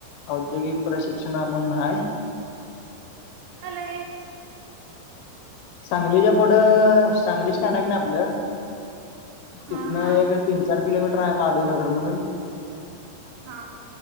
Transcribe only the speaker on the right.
चाल हे
हां
हां
हा